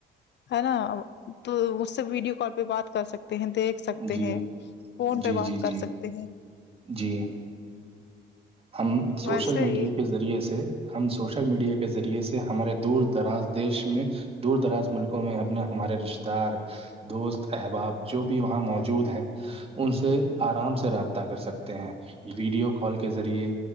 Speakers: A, on the left; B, on the right.
A: ہے نا تو اس سے ویڈیو کال پہ بات کر سکتے ہیں دیکھ سکتے
B: جی
A: ہیں فون
B: جی
A: پہ بات
B: جی
A: کر
B: جی
A: سکتے ہیں
B: جی ہم سوشل
A: ویسے
B: میڈیا
A: ہی
B: کے ذریعے سے ہم سوشل میڈیا کے ذریعے سے ہمارے دور دراز دیش میں دور دراز ملکوں میں ہم اپنے ہمارے رشتے دار دوست احباب جو بھی وہاں موجود ہیں ان سے آرام سے رابطہ کر سکتے ہیں ویڈیو کال کے ذریعے